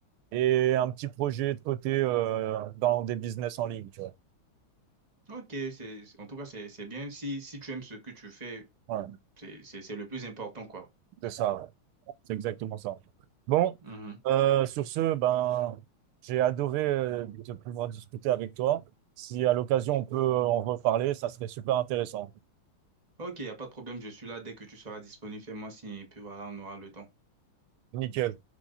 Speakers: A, on the right (about 85°); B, on the right (about 20°).
A: et un petit projet de côté euh, dans des business en ligne, tu vois.
B: Ok, c'est, en tout cas, c'est, c'est bien. Si, si tu aimes ce que tu fais,
A: Voilà,
B: c'est, c'est, c'est le plus important, quoi.
A: c'est ça, ouais. c'est exactement ça. Bon,
B: Mhm.
A: euh, sur ce, ben, j'ai adoré euh, de pouvoir discuter avec toi. Si à l'occasion on peut en reparler, ça serait super intéressant.
B: Ok, il n'y a pas de problème, je suis là dès que tu seras disponible, fais-moi signe, et puis voilà, on aura le temps.
A: Nickel.